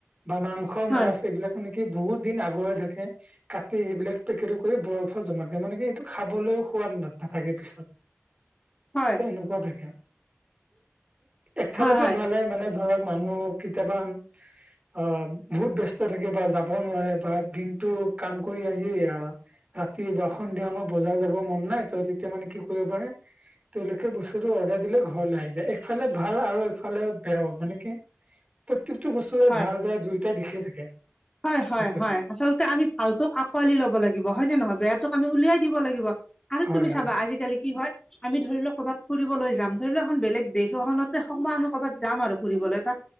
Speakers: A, on the right (about 30°); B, on the left (about 15°).
A: বা মাংস
B: হয়। হয়,
A: মাছ এইবিলাক। মানে কি বহুত দিন আগৰে থাকে কাটি সেইবিলাক। পেকেটটো কৰি বৰফো জমা দিয়ে মানে কি এইটো খাবলৈও সোৱাদ নাথাকে পিছত।
B: হয়।
A: ত এনেকুৱা থাকে এফালৰ
B: হয়,
A: পৰা
B: হয়,
A: ভালে মানে ধৰক মানুহ। কেতিয়াবা অ বহুত ব্যস্ত থাকে বা যাব নোৱাৰে বা দিনটো। কাম কৰি আহি অ। ৰাতি বা সন্ধিয়া আমাৰ বজাৰ যাব মন নাই ত তেতিয়া মানে কি কৰিব পাৰে। তেওঁলোকে বস্তুটো অৰ্ডাৰ দিলে ঘৰলৈ আহি যায় একফালে ভাল আৰু একফালে বেয়াও মানে কি। প্ৰত্যেকটো বস্তুৰে
B: হয়।
A: ভাল বেয়া দুয়োটাই দিশেই থাকে।
B: হয় হয়
A: সেইটোৱে
B: হয় আচলতে আমি ভালটোক আঁকোৱালি লব লাগিব হয় নে নহয় বেয়াটোক আমি উলিয়াই দিব লাগিব। আৰু
A: হয়
B: তুমি চাবা
A: হয়
B: আজিকালি কি হয়। আমি ধৰি লও ক'ৰবাত ফুৰিবলৈ যাম ধৰি লও এখন বেলেগ দেশ এখনতে হওক আমি কৰ'বাত যাম আৰু ফুৰিবলৈ তাত